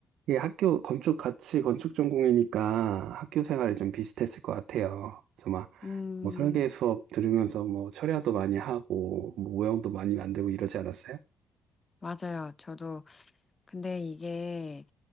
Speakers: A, on the right; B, on the left.
A: 예, 학교 건축 같이 건축 전공이니까 학교 생활이 좀 비슷했을 것 같아요. 그래서 막
B: 음,
A: 뭐 설계 수업 들으면서 뭐 철야도 많이 하고 뭐 모형도 많이 만들고 이러지 않았어요?
B: 맞아요. 저도 근데 이게